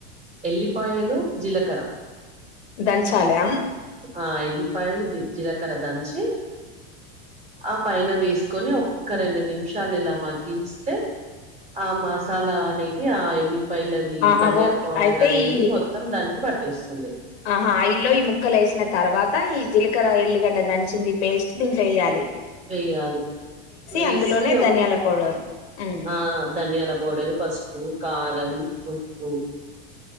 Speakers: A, on the right (about 20°); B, on the left (about 85°).
A: ఎల్లిపాయలు జీలక కర
B: దంచాలియా
A: ఆ ఎల్లిపాయలు ది జీలకర్ర దంచి ఆ పైన వేసుకొని ఒక్క రెండు నిమిషాలు ఇలా మగ్గించే ఆ మసాలా అనేది ఆ ఇల్ పైలది
B: ఆహా
A: ధనియా
B: ఓకే
A: పౌడర్
B: అయితే
A: అనేది
B: ఈ
A: మొత్తం దానికి పట్టిస్తుంది
B: ఆహా ఇఆయిల్లో ఈ ముక్కలు వేసిన తర్వాత ఈ జీలకర ఇల్లిగడ్డ దంచింది పేస్ట్ దీంట్లో వేయాలి
A: వేయాలి వేసి
B: అందులోనే ధనియాల పౌడరు ఉమ్
A: ఆ ధనియాల పౌడరు పసుపు కారం ఉప్పు